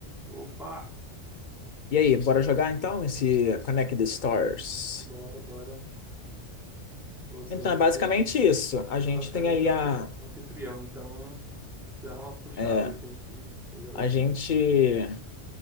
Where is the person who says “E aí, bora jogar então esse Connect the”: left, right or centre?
Left